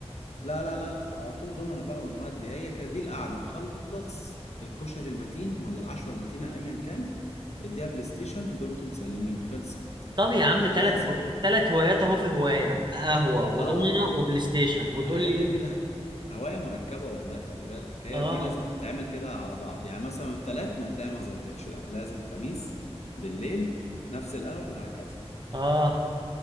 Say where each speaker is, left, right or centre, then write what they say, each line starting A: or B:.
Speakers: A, on the left (about 80°); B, on the right (about 45°).
A: لا لا لا لا على طول دومنا بقى ونودي هي كده دي القعده نخلص الكشري المتين ولا العشوه المتينه ايا كان اديها بلاي ستيشن دمتم سالمين خلص
B: طب يا عم تلات
A: لازم
B: تلات هوايات اهو في هواية قهوة وضمنة
A: اه
B: وبلاي ستيشن وتقول
A: هي
B: لي
A: دي الها... هوايه مركبه والله خلي بالك هي
B: اه
A: دي لازم تتعمل كده على بعض يعني مثلا التلات ما تلاقي ما ظبطتش لا لازم خميس بالليل نفس القهوه وهكذا
B: اه